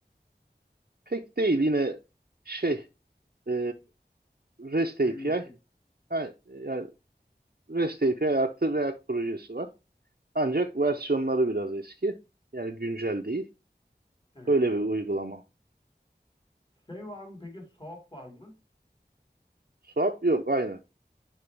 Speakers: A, on the right (about 55°); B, on the left (about 25°).
A: Pek değil yine şey e, REST API.
B: En iyisi.
A: Ha, yani REST API artı React projesi var. Ancak versiyonları biraz eski. Yani güncel değil.
B: Evet.
A: Öyle bir uygulama.
B: Şey var mı peki? Soğuk var mı?
A: Swap yok aynen.